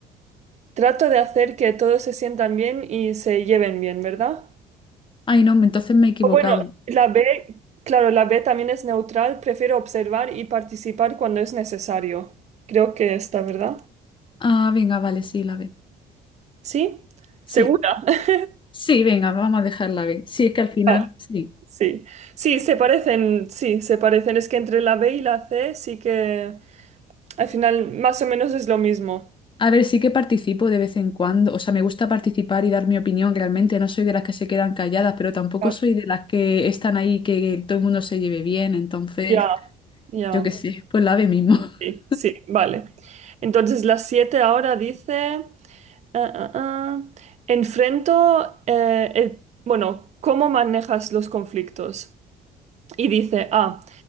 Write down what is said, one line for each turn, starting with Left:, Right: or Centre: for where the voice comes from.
Right: Trato de hacer que todos se sientan bien y se lleven bien, ¿verdad?
Left: Ay, no, entonces me he equivocado.
Right: O bueno, la B, claro, la B también es neutral, prefiero observar y participar cuando es necesario. Creo que está, ¿verdad?
Left: Ah, venga, vale, sí, la B.
Right: ¿Sí?
Left: Sí,
Right: ¿Segura? <laughs>
Left: sí, venga, vamos a dejar la B. Sí, es que al final,
Right: Ah,
Left: sí.
Right: sí. Sí, se parecen, sí, se parecen. Es que entre la B y la C sí que al final más o menos es lo mismo.
Left: A ver, sí que participo de vez en cuando. O sea, me gusta participar y dar mi opinión realmente. No soy de las que se quedan calladas, pero tampoco
Right: Ah,
Left: soy de las que están ahí que todo el mundo se lleve bien. Entonces,
Right: Ya, ya.
Left: yo qué sé, pues la B mismo. <laughs>
Right: Sí, sí, vale. Entonces las siete ahora dice, ah, ah, ah, enfrento, eh, el- bueno, ¿cómo manejas los conflictos? Y dice, A,